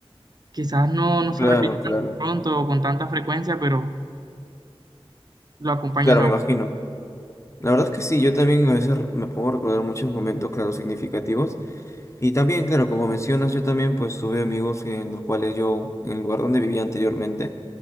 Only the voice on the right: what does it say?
Quizás no, no se
repitan
pronto o con tanta frecuencia, pero lo acompañan
a
uno.